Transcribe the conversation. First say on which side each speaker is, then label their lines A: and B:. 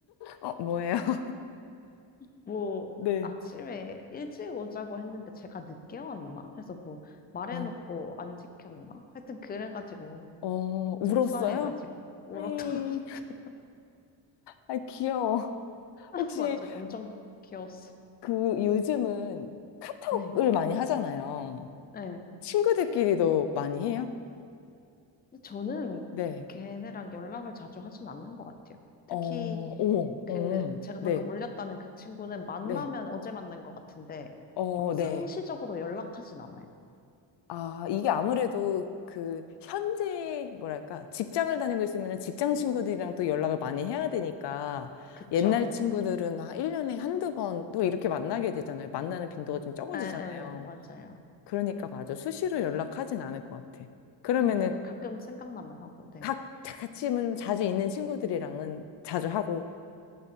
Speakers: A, on the left; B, on the left.
A: 어, 뭐예요? <laughs>
B: 뭐,
A: 네.
B: 아침에 일찍 오자고 했는데 제가 늦게 왔나? 해서 뭐, 말해놓고
A: 어,
B: 안 지켰나? 하여튼 그래가지고,
A: 어, 울었어요?
B: 속상해가지고, 울었던
A: 음,
B: <laughs> 것 같아요.
A: 아, 귀여워.
B: <laughs>
A: 혹시
B: 맞죠? 엄청 귀여웠어요.
A: 그 요즘은
B: 네.
A: 을 많이 하잖아요.
B: 네.
A: 친구들끼리도 많이 해요?
B: 근데 저는
A: 네,
B: 걔네랑 연락을 자주 하진 않는 것 같아요. 특히
A: 어, 어머,
B: 그
A: 어,
B: 제가
A: 네,
B: 방금 올렸다는 그 친구는 만나면
A: 네,
B: 어제 만난 것 같은데
A: 어,
B: 막 상시적으로
A: 네.
B: 연락하진 않아요.
A: 아, 이게 아무래도 그 현재 뭐랄까 직장을 다니고 있으면 직장 친구들이랑 또 연락을 많이 해야 되니까
B: 그쵸.
A: 옛날 친구들은 아, 1년에 한두 번 또 이렇게 만나게 되잖아요. 만나는 빈도가 좀 적어지잖아요.
B: 에, 에, 맞아요.
A: 그러니까 맞아. 수시로 연락하진 않을 것 같아. 그러면은
B: 음, 그냥 가끔 생각만 하고, 네.
A: 각 같이 뭐 자주 있는 친구들이랑은 자주 하고